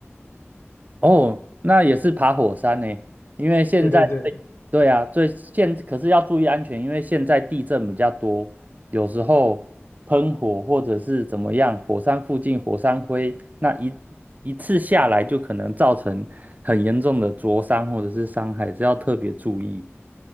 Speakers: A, on the right; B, on the left.
A: 哦，那也是爬火山呢，因为现在最对啊，
B: 对对对，
A: 最现可是要注意安全，因为现在地震比较多，有时候喷火或者是怎么样，火山附近火山灰，那一一次下来就可能造成很严重的灼伤或者是伤害，这要特别注意。